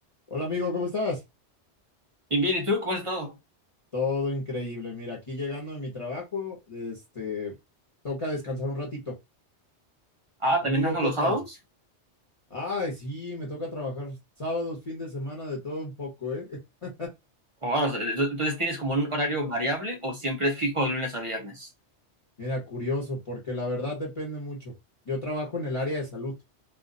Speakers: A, on the left; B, on the right.
A: Hola amigo, ¿cómo estás?
B: Bien, bien, ¿y tú cómo has estado?
A: Todo increíble. Mira, aquí llegando de mi trabajo, este, toca descansar un ratito.
B: Ah,
A: ¿Contigo
B: ¿también trabajas
A: qué
B: los
A: tal?
B: sábados?
A: Ay, sí, me toca trabajar sábados, fin de semana, de todo un poco, ¿eh? <laughs>
B: O, ah, o sea, ento- entonces tienes como un horario variable o siempre es fijo de lunes a viernes.
A: Mira, curioso, porque la verdad depende mucho. Yo trabajo en el área de salud,